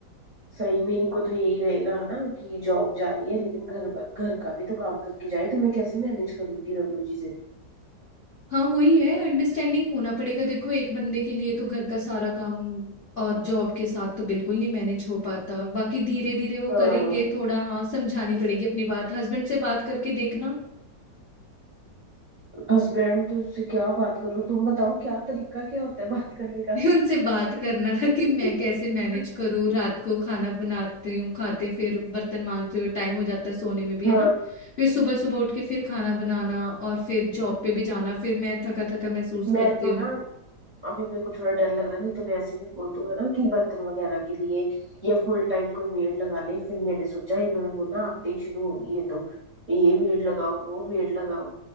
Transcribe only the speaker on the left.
हाँ वही है अंडरस्टैंडिंग होना पड़ेगा देखो एक बंदे के लिए तो घर का सारा काम और जॉब के साथ तो बिल्कुल नहीं मैनेज हो पाता बाकी धीरे धीरे वो
करेंगे थोड़ा हाँ समझानी पड़ेगी अपनी बात हस्बैंड से बात करके देखना
<laughs>
फिर उनसे बात करना था
कि मैं कैसे मैनेज करूँ रात को खाना बनाती हूँ खाते फिर बर्तन मांजते हुए टाइम हो जाता है सोने में भी
है ना फिर सुबह सुबह उठ के फिर खाना बनाना और फिर जॉब पे भी जाना फिर मैं थका थका महसूस करती
हूँ